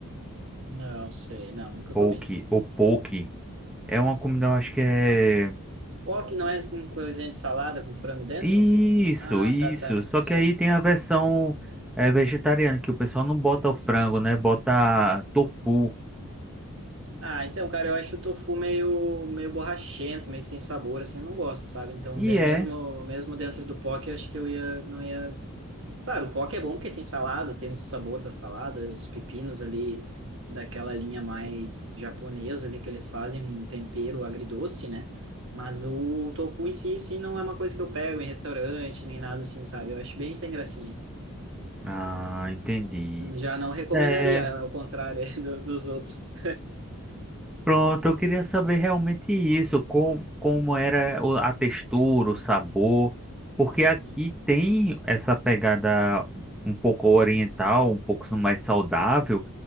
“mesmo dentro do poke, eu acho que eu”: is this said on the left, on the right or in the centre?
Right